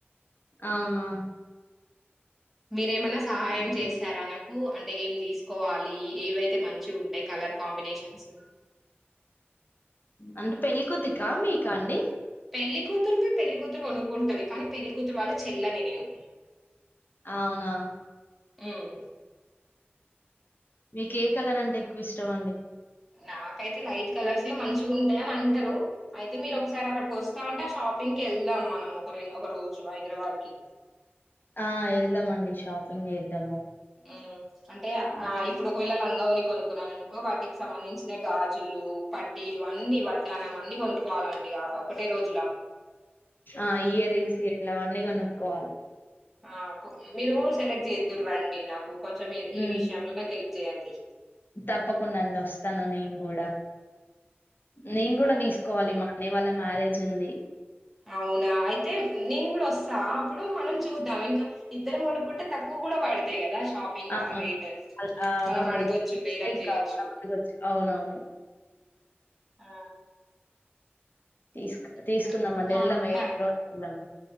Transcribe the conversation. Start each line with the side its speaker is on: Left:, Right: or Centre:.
Left: అవునా
Centre: మీరేమైనా సహాయం
Left: హ్మ్.
Centre: చేస్తారా నాకు అంటే ఏం తీసుకోవాలి ఏవైతే మంచి ఉంటాయి కలర్ కాంబినేషన్స్
Left: అంటే పెళ్లి కూతురిక మీకా అండి
Centre: పెళ్లి కూతురువి పెళ్లికూతురు అనుకుంటావి కానీ పెళ్లికూతురీ వాళ్ళ చెల్లని నేను
Left: అవునా
Centre: ఉమ్.
Left: మీకు ఏ కలర్ అంటే ఎక్కువ ఇష్టం అండి
Centre: నాకైతే లైట్ కలర్స్ ఏ మంచిగా ఉంటాయి అని అంటారు అయితే మీరు ఒకసారి అక్కడికి వస్తా అంటే ఆ షాపింగ్కి వెళ్ ఇలా అమ్మానమ్మ ఒక ఒక హైదరాబాద్కి
Left: ఆ వెళ్దామండి షాపింగ్ చేద్దాము
Centre: మ్మ్ అంటే
Left: హ్మ్.
Centre: ఆ ఇప్పుడు ఒక మిల్ లంగ ని కొనుక్కున్నాను అనుకో వాటికి సంబంధించిన గాజులు పట్టీలు అన్ని వడ్డానం అన్ని కొనుకో కావాలండి ఆ ఒకటే రోజులా
Left: ఆ ఇయర్ రింగ్స్ ఇలావన్నీ కోనుక్కోవాలి
Centre: ఆ మీరు సెలెక్ట్ చేద్దురండి నాకు కొంచెం
Left: హ్మ్.
Centre: ఈ విషయంలో చేయండి
Left: తప్పకుండా అండి వస్తాను నేను కూడా నేను కూడా
Centre: అవును
Left: తీసుకోవాలి మా కాని వాళ్ళ మ్యారేజ్ ఉంది
Centre: అవునా అయితే నేను కూడా వస్తా అప్పుడు మనం చూద్దాం ఇంకా ఇద్దరం కొనుక్కుంటే తక్కువ కూడా పడతాయి కదా రా షాపింగా
Left: అవును.
Centre: రేట్
Left: అలా
Centre: మనం అడగొచ్చు
Left: ఇద్దరం చేస్తే
Centre: బేరం
Left: ఇంకా
Centre: చేయచ్చు
Left: మనం ముందుకొచ్చు. అవునవును.
Centre: ఆ
Left: తీసుకు తీసుకుందామ
Centre: ఇంకా
Left: అండి
Centre: మా
Left: వెళ్దామ ఈ
Centre: మా
Left: ఒక్క రోజు వెళ్దాము